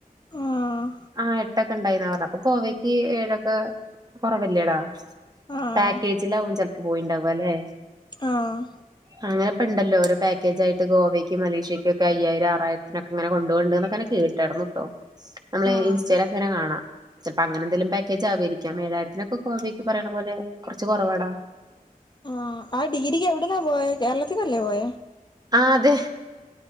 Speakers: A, on the left; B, on the right.
A: ആഹ്
B: ആഹ് എട്ടൊക്കെ ഉണ്ടായിന്ന അവ അപ്പ ഗോവക്ക് ഏഴ്ക്കെ കുറവല്ലേടാ
A: ആഹ്
B: പാക്കേജിലാവും ചില പോയിണ്ടാവല്ലെ
A: ആഹ്
B: അങ്ങനെ ഇപ്പ ഇണ്ടല്ലോ ഒരു പാക്കേജായിട്ട് ഗോവേക്ക് മലേഷ്യയ്ക്കും ഒക്കെ അയ്യായിരം ആറായിരത്തിനൊക്കെ അങ്ങനെ കൊണ്ടോഅ്ണ്ട് എന്നൊക്കങ്ങനെ കേട്ടായിറുന്നുട്ടോ നമ്മള്
A: ആഹ്
B: ഇൻസ്റ്റയിലൊക്കെങ്ങനെ കാണാ. ചെൽപ്പോ അങ്ങനെ എന്തെലും പാക്കേജ് ആവായിരിക്കാം ഏഴായിരത്തിനൊക്കെ ഗോവേക്ക് പറിണ പോലെ കൊർച്ച് കൊറവാടാ.
A: ആഹ് ആഹ് ഡിഗ്രിക്ക് എവിട്ന്നാ പോയെ കേരളത്തിന്നല്ലേ പോയേ.
B: ആഹ് അതെ.